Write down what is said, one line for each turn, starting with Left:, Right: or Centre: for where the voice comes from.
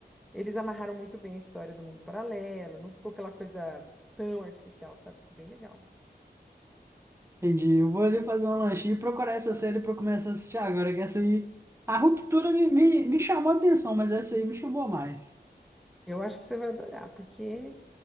Centre: eles amarraram muito bem a história do mundo paralelo, não ficou aquela coisa tão artificial, sabe? Ficou bem legal.
Right: Entendi. Eu vou ali fazer um lanchinho e procurar essa série pra eu começar a assistir agora, que essa aí. A Ruptura me, me, me chamou a atenção, mas essa aí me chamou mais.
Centre: Eu acho que você vai adorar, porque